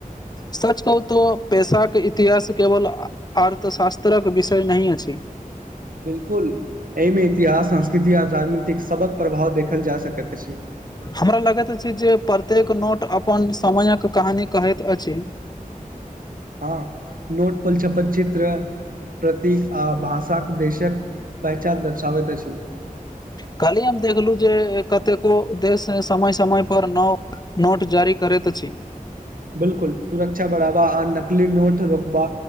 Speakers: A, on the left; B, on the right.
A: सच कहू तऽ पेसाके इतिहास केवल अर्थशास्त्रक विषय नहि अछि
B: बिल्कुल एहिमे इतिहास संस्कृति आर राजनीतिक सबक प्रभाव देखल जा सकैत अछि
A: हमरा लगैत अछि जे प्रत्येक नोट अपन समयक कहानी कहैत अछि
B: हँ नोटपल छपल चित्र प्रतीक आ भाषाक देशक पहचान दर्शाबैत अछि
A: कल्हि हम देखलु जे कतेको देश समय समय पर न नोट जारी करैत छी
B: बिल्कुल सुरक्षा बढ़ाबा आ नकलि नोट रोकबा